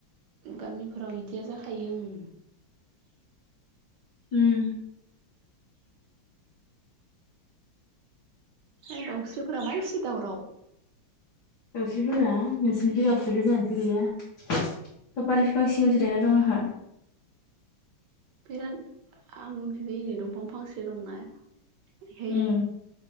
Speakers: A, on the right; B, on the left.
A: गामिफोराव इदिया जाखायो ओं।
B: उम
A: ओ दाउस्रिफोरा मा एसे दावराव?
B: दावस्रिफोरा नोंसोरनिखै गाबसोदों जोंहानिथि गैया। सफारि बिफां सिङाव जिरायना दं आंहा।
A: बिराद आं उनखै एनै दंफां फांसे दंना बेहाय
B: उम।